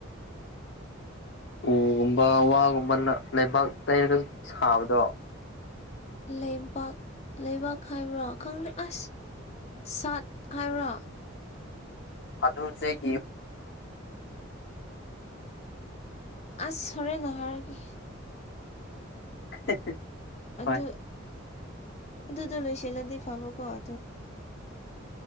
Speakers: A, on the left; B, on the left.
A: ꯎꯒꯨꯝꯕ ꯋꯥꯒꯨꯝꯕ ꯂꯩꯕꯥꯛ ꯂꯩꯩꯔꯒ ꯁꯥꯕꯗꯣ
B: ꯂꯩꯕꯥꯛ ꯂꯩꯕꯥꯛ ꯍꯥꯏꯕ꯭ꯔꯣ ꯈꯪꯗ ꯑꯁ ꯁꯥꯠ ꯍꯥꯏꯔꯣ
A: ꯑꯗꯨꯁꯒꯤꯅ
B: ꯑꯁ ꯍꯔ ꯅꯍꯔ ꯀ
A: <inaudible>
B: ꯑꯗꯨ
A: ꯍꯣꯏ
B: ꯑꯗꯨꯗꯣ ꯂꯣꯏꯁꯤꯜꯂꯗꯤ ꯐꯕꯀꯣ ꯑ